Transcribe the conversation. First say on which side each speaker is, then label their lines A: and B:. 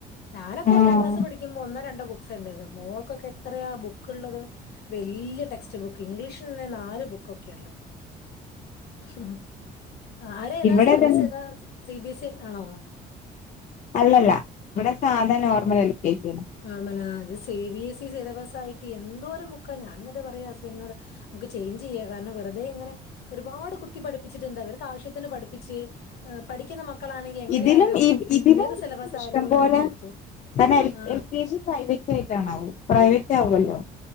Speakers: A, on the left; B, on the left.
A: ഞാനൊക്കെ
B: ആഹ്
A: ഒന്നാം ക്ലാസ് പഠിക്കുമ്പോ ഒന്നോ രണ്ടോ ബുക്സ് ഉണ്ടായിരുന്നുള്ളൂ മോൾക്കൊക്കെ എത്രയാ ബുക്ക് ഉള്ളത് വലിയ ടെക്സ്റ്റ് ബുക്ക് ഇംഗ്ലീഷ് തന്നെ നാല് ബുക്കൊക്കെ ഉള്ളത് ഉം ആരെ ഏതാ
B: ഇവിടെ
A: സിലബസ് ഏതാ സിബി എസ് ഇ ആണോ
B: അല്ലല്ല ഇവിടെ സാധാ നോർമൽ എൽ കെ ജി ആണ്
A: നോർമല ആ അത് C B S E syllabus ആയിട്ട് എന്തോരം ബുക്കാ ഞാനത് പറയാ ഹസ്ബൻഡിനോട് നമുക്ക് ചെയ്ഞ്ച് ചെയ്യാം കാരണം വെറുതെ ഇങ്ങനെ ഒരുപാട് കുത്തി പഠിപ്പിച്ചിട്ടുണ്ട് അവർക്ക് ആവശ്യത്തിന് പഠിപ്പിച്ച് പഠിക്കുന്ന മക്ക മക്കളാണെങ്കിൽ എങ്ങനെ
B: ഇതിലും
A: ആയാലും
B: ഇതിലും
A: ഏത്
B: കിട്ടും
A: സിലബസ്
B: ഇഷ്ടം
A: ആയാലും
B: പോലെ
A: എവിടെയെങ്കിലും എത്തും.
B: കാരണം എൽ
A: ആ.
B: എൽ കെ ജി പ്രൈവറ്റ് ആയിട്ടാണാവോ പ്രൈവറ്റ് ആവുമല്ലോ